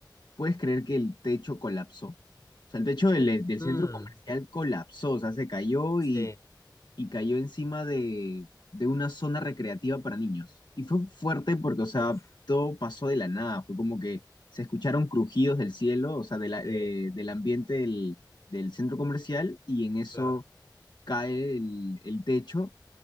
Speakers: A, on the left (about 65°); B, on the left (about 45°).
A: puedes creer que el techo colapsó, o sea, el techo del, del
B: Mm,
A: centro comercial colapsó, o sea, se cayó
B: <laughs>
A: y
B: Sí,
A: y cayó encima de, de una zona recreativa para niños. Y fue fuerte porque, o sea,
B: uf,
A: todo pasó de la nada. Fue como que se escucharon crujidos del cielo, o sea, de la-
B: sí,
A: de- del ambiente del, del centro comercial, y en eso
B: claro,
A: cae el, el techo